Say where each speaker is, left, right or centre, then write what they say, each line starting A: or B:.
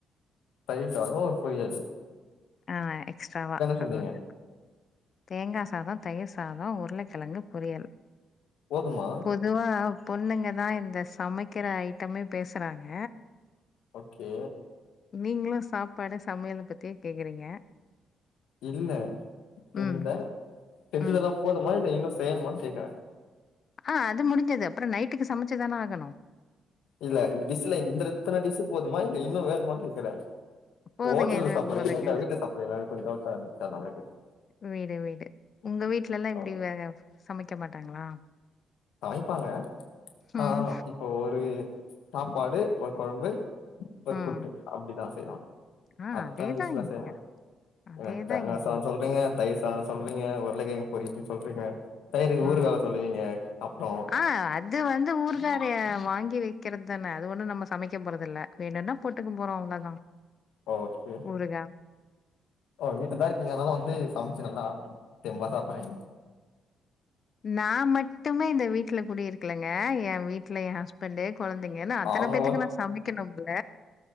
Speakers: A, on the left; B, on the left.
A: தயிர் சாதம் ஒரு பொரியல்
B: ஆ எக்ஸ்ட்ராவா
A: செஞ்சீங்க
B: அது ஒண் தேங்கா சாதோ தயிர் சாதோ உருளைக்கிழங்கு பொரியல்
A: போதுமா
B: பொதுவா பொண்ணுங்க தா இந்த சமக்கிற ஐட்டமே பேசுறாங்க
A: ஓக்கே
B: நீங்களு சாப்பாடு சமையல பத்தியே கேக்குறீங்க
A: இல்ல இந்த
B: ம்
A: செஞ்சதெல்லா
B: ம்
A: போதுமா இல்ல இன்னு செய்யணுமா கேக்குறே
B: ஹா அது முடிஞ்சது அப்றோ நைட்டுக்கு சமச்சுதான ஆகணு
A: இல்ல டிஷ்ல இந்த இத்தன டிஷ்சு போதுமா இல்ல இன்னு வேணுமா கேக்குறே
B: போதுங்க
A: ஓட்டல்ல
B: இதுவே
A: சாப்டுறீங்களா
B: போதுங்க
A: இல்ல வீட்ல சாப்டுறீங்களா கொஞ்சோ டவுட்டா இருந்துச்சு அதனால தா கேட்டே
B: வீடு வீடு உங்க வீட்டு்ல எல்லா இப்புடி
A: ஆ
B: வேற சமைக்க மாட்டாங்களா
A: சமைப்பாங்க
B: ம்
A: ஆ இப்போ ஒரு சாப்பாடு ஒரு கொழம்பு ஒரு
B: ம்.
A: குட்டு அப்புடி தா செய்வாங்க
B: ஆ
A: அத்தன
B: அதேதான்
A: டிஷ்ஸு ல்லா
B: இங்கயும்.
A: செய்ய மாட்
B: அதேதான்
A: ஏ தேங்கா
B: இங்கயும்.
A: சாதோ சொல்றீங்க தயிர் சாதோ சொல்றீங்க உருளக்கெழங் பொறியலுன்னு சொல்றீங்க தயிருக்கு
B: ஆ
A: ஊறுகால்லா சொல்வீங்க அப்றோ
B: ஆ அது வந்து ஊற்கா அதைய வாங்கி வைக்கிறது தான அது ஒண்ணு நம்ம சமைக்க போறது இல்ல வேணுன்னா போட்டுக்க போறோ அவ்ள்தா
A: ஒகே
B: புரிதா
A: ஓ வீட்டுலதா இருக்கீங்க அதுனால வந்து சமைச்சு நல்லா தெம்பா சாப்பறீங்க
B: நா மட்டுமே இந்த வீட்டுல கூடியிருக்கலங்க எ வீட்டுல எ ஹஸ்பண்டு கொழந்தைங்கன்னு அத்தன
A: அவங்க
B: பேத்துக்கு நா சமைக்கணும்மில்ல